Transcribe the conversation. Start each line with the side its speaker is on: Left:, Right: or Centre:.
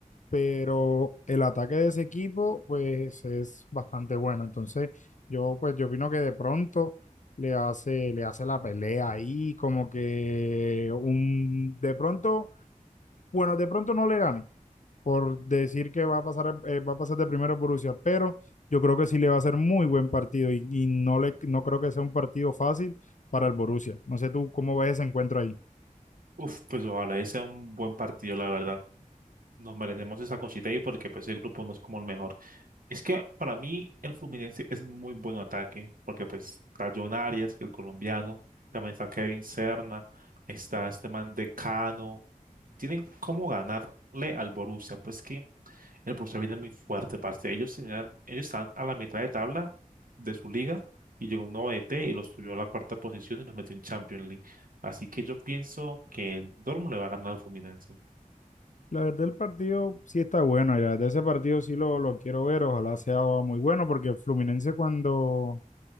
Left: pero el ataque de ese equipo pues es bastante bueno. Entonces yo pues yo opino que de pronto le hace, le hace la pelea ahí, como que un, de pronto, bueno, de pronto no le gane por decir que va a pasar, eh, va a pasar de primero Borussia, pero yo creo que sí le va a ser muy buen partido y, y no, le, no creo que sea un partido fácil para el Borussia. No sé tú cómo ves ese encuentro ahí.
Right: Uf, pues ojalá ese sea un buen partido, la verdad. Nos merecemos esa cosita ahí porque pues el grupo no es como el mejor. Es que para mí el Fluminense es muy buen ataque porque pues está John Arias, el colombiano, también está Kevin Serna, está este man de Cano. Tienen cómo ganarle al Borussia. Pues que el Borussia viene muy fuerte, parce. Ellos tenían, ellos están a la mitad de tabla de su liga y llegó un nuevo DT y los subió a la cuarta posición y los metió en Champions League. Así que yo pienso que el Dortmund le va a ganar al Fluminense.
Left: La verdad, el partido sí está bueno, ya de ese partido sí lo, lo quiero ver, ojalá sea muy bueno, porque Fluminense cuando,